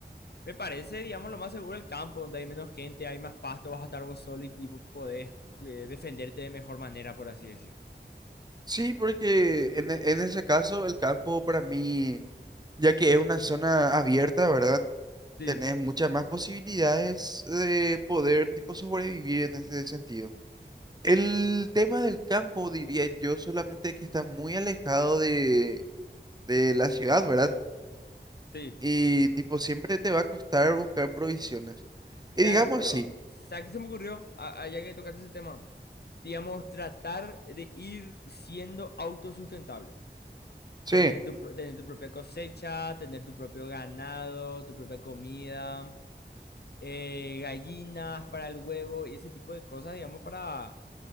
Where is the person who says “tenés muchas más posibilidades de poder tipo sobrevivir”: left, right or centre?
Right